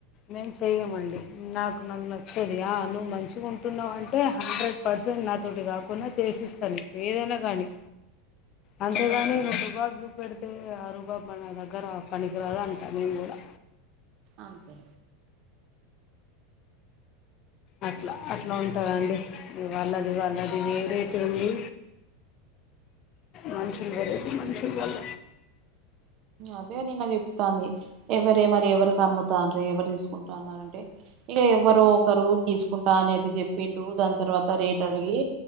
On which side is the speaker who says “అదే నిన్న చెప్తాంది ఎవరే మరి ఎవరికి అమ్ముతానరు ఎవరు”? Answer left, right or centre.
Right